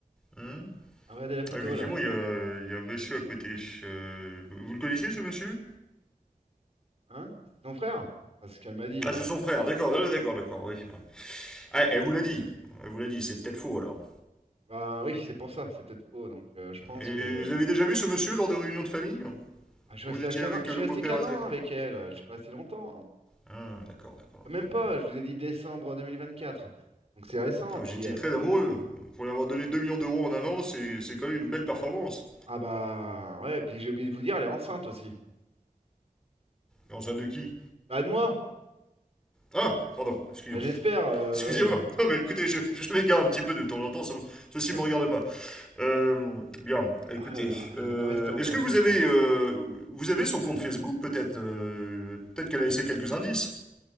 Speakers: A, in the centre; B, on the right (about 45°).
A: Hein
B: Ah, Regardez la photo
A: Ah, effectivement,
B: là,
A: il y a, il y a un monsieur à côté. Euh, vous le connaissez, ce monsieur
B: hein? C'est ton frère? Enfin, c'est ce qu'elle m'a dit,
A: Ah,
B: hein.
A: c'est son frère, d'accord, d'accord, d'accord, oui. Ah, elle vous l'a dit. Elle vous l'a dit, c'est peut-être faux alors.
B: Bah oui, c'est pour ça. C'est peut-être faux. Donc euh, je pense
A: Et
B: que
A: vous avez déjà vu ce monsieur lors de réunions de famille
B: Ah, je suis
A: Vous
B: resté
A: étiez
B: à qu'un
A: avec
B: an. Je
A: euh,
B: suis
A: le
B: resté
A: beau-père
B: qu'un
A: à
B: an
A: Zaga
B: avec elle. euh, Je suis pas resté longtemps. hein.
A: Ah, d'accord, d'accord,
B: Même
A: d'accord.
B: pas, je vous ai dit décembre 2024. Donc c'est récent.
A: Ah,
B: Puis,
A: vous étiez
B: euh,
A: très amoureux. Pour lui avoir donné 2 millions d'euros en un an, c'est c'est quand même une belle performance.
B: ah bah, ouais, puis j'ai oublié de vous dire, elle est enceinte aussi.
A: en somme de qui
B: Bah, de moi!
A: Ah, pardon, excusez-moi.
B: Bah, j'espère. euh,
A: Excusez-moi. <laughs> Non, mais écoutez, je, je m'égare un petit peu de temps en temps. ça me- ceci
B: ouais,
A: ne me
B: ouais.
A: regarde pas. Euh, bien, écoutez.
B: Ah là là, il
A: euh,
B: va pas rester en
A: Est-ce
B: poste,
A: que vous
B: putain,
A: avez,
B: lui.
A: euh, vous avez son compte Facebook, peut-être euh, Peut-être qu'elle a laissé quelques indices.